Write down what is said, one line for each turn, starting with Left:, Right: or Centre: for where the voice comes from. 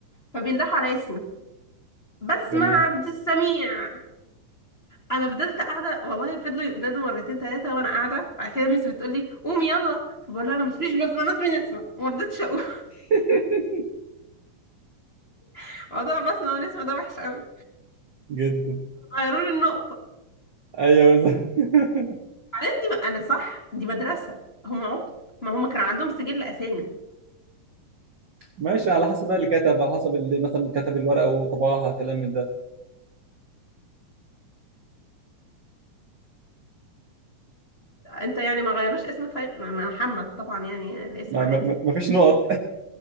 Left: فبيندحوا على اسمي بسمة
Right: جميل
Left: عبد السميع انا فضلت قاعده والله فضلوا ينادوا مرتين ثلاثه وانا قاعده بعد كده ميس بتقول لي قومي يلا فبقول لها انا مش مش بسمه انا اسمي نسمه وما رضيتش اقول
Right: <laughs>
Left: <laughs> موضوع بسمه ونسمه ده وحش قوي
Right: جدا
Left: غيروا لي النقطه
Right: ايوه بالظبط. <laughs>
Left: بعدين دي ما انا صح دي مدرسه هم عبط ما هم كان عندهم سجل اسامي
Right: ماشي على حسب بقى اللي كتب على حسب اللي مثلا كتب الورقه وطبعها كلام من ده
Left: انت يعني ما غيروش اسمك في... محمد طبعا يعني الاسم
Right: ما,
Left: عادي
Right: ما, ما ما فيش نقط <laughs>